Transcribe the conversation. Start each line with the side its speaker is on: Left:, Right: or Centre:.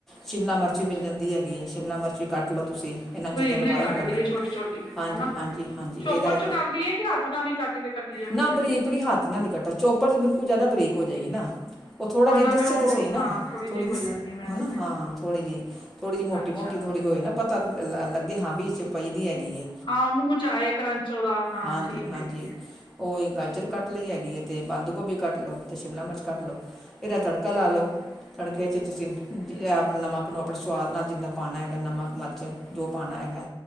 Centre: ਸ਼ਿਮਲਾ ਮਿਰਚੀ
Left: ਅੱਛਾ
Centre: ਮਿਲ ਜਾਂਦੀ ਹੈਗੀ ਸ਼ਿਮਲਾ ਮਿਰਚੀ ਕੱਟ ਲਉ ਤੁਸੀਂ। ਇਹਨਾਂ ਚੀਜ਼ਾਂ
Left: ਬਰੀਕ-ਬਰੀਕ
Centre: ਨੂੰ ਬੋਇਲ
Left: ਕੱਟ
Centre: ਕਰ
Left: ਲਈਏ
Centre: ਲਓ
Left: ਛੋਟੀ-ਛੋਟੀ ਹੈਨਾ,
Centre: ਹਾਂਜੀ ਹਾਂਜੀ ਹਾਂਜੀ
Left: ਚੋਪਰ
Centre: ਇਹਦਾ
Left: 'ਚ' ਕਰ ਲਈਏ ਕਿ ਹੱਥ ਨਾਲ ਹੀ ਕੱਟ ਕੇ ਟੀਏ ਬਰੀ
Centre: ਨਾ ਬਰੀਕ ਪਰੀ ਹੱਥ ਨਾਲ ਨਾਲ ਕੱਟੋ ਚੋਪਰ 'ਚ' ਬਿਲਕੁਲ ਜ਼ਿਆਦਾ ਬਰੀਕ ਹੋ ਜਾਏਗੀ ਨਾ। ਉਹ ਥੋੜਾ
Left: ਹਾਂ
Centre: ਜਿਹਾ
Left: ਨਾਲੇ
Centre: ਦਿੱਸੇ
Left: ਉਹ
Centre: ਤਾਂ ਸਹੀ ਨਾ
Left: ਹਾਂ ਥੋੜ੍ਹੀ
Centre: ਥੋੜੀ
Left: ਜਿਹੀ ਹੋ
Centre: ਦਿਸ
Left: ਜਾਂਦੀ
Centre: ਹੈ
Left: ਮੈਸੀ
Centre: ਨਾ ਹਾਂ, ਥੋੜੀ ਜਿਹੀ ਥੋੜ੍ਹੀ ਜਿਹੀ ਮੋਟੀ-ਮੋਟੀ
Left: ਅੱਛਾ।
Centre: ਥੋੜ੍ਹੀ ਹੋਏ ਨਾ ਪਤਾ ਲ ਲੱਗੇ ਹਾਂ ਵੀ ਇਹ 'ਚ' ਪਈ ਦੀ ਹੈਗੀ ਏ।
Left: ਹਾਂ ਮੂੰਹ 'ਚ' ਆਏ ਕਰੰਚੌ ਉਦਾ ਹਾਂ
Centre: ਹਾਂਜੀ
Left: ਠੀਕ
Centre: ਹਾਂਜੀ
Left: ਐ, ਠੀਕ ਐ।
Centre: ਉਹ ਗਾਜਰ ਕੱਟ ਲਈ ਹੈਗੀ ਹੈ, ਅਤੇ ਬੰਦ ਗੋਭੀ ਕੱਟ ਲਓ ਅਤੇ ਸ਼ਿਮਲਾ ਮਿਰਚ ਕੱਟ ਲਉ ਇਹਦਾ ਤੜਕਾ ਤੜਕਾ ਲਾ
Left: ਠੀਕ
Centre: ਲੋ ਤੜਕੇ 'ਚ ਤੁਸੀਂ ਨਮਕ ਨੂੰ ਆਪਣੇ ਸਵਾਦ ਨਾਲ ਜਿੰਨਾ ਪਾਣਾ ਹੈਗਾ ਨਮਕ ਮਰਚ ਜੋ ਪਾਣਾ ਹੈਗਾ